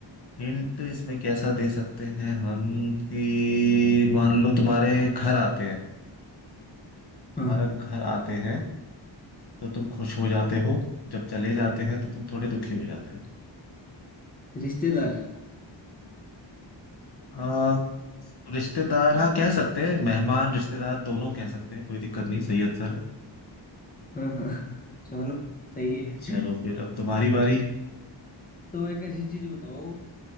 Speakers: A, on the left; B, on the left.
A: हिंट इसमें कैसा दे सकते हैं हम कि मान लो तुम्हारे घर आते हैं तुम्हारा
B: हाँ हाँ
A: घर आते हैं तो तुम खुश हो जाते हो जब चले जाते हैं तो तुम थोड़े दुखी हो जाते हो
B: रिश्तेदार
A: आ, रिश्तेदार हाँ कह सकते हैं मेहमान रिश्तेदार दोनों कह सकते हैं कोई दिक्कत नहीं सही आंसर है
B: हाँ हाँ चलो सही है
A: चलो फिर अब तुम्हारी बारी
B: तो एक ऐसी चीज बताओ